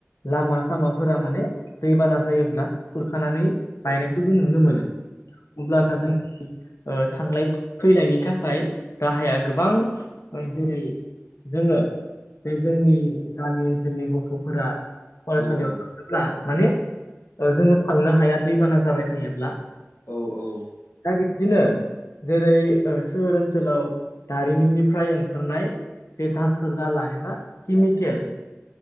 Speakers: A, on the left; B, on the left.
A: लामा सामाफोरा माने दैबाना जायोब्ला खुरखानानै गायनायखौ जों नुनो मोनो अब्लाना जों थांलाय फैलायनि थाखाय राहाया गोबां ओं जेरै जोंङो बे जोंनि गामि ओनसोलनि गथ'फोरा
B: औ
A: फरायसालियाव
B: औ औ
A: थांङोब्ला माने जोंङो थांनो हाया दैबाना जाबाय थायोब्ला
B: औ औ
A: दा बिबदिनो जेरै सोहोर ओनसोलाव दारिमिननिफ्राय ओंखारनाय जे दाखोर दाला एबा केमि केल